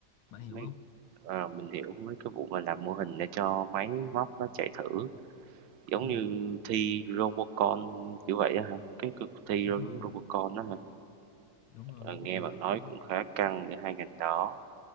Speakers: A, on the left (about 85°); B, on the right (about 85°).
A: bạn hiểu
B: mấy
A: không
B: ờ, mình hiểu mấy cái vụ mà làm mô hình để cho máy móc nó chạy thử, giống
A: ừ,
B: như thi Robocon kiểu vậy á hả? Cái cuộc thi
A: đúng
B: đúng
A: rồi
B: Robocon đó hả?
A: đúng rồi
B: Ờ,
A: đúng
B: nghe
A: rồi đó
B: bạn nói
A: đó
B: cũng khá căng giữa hai ngành đó.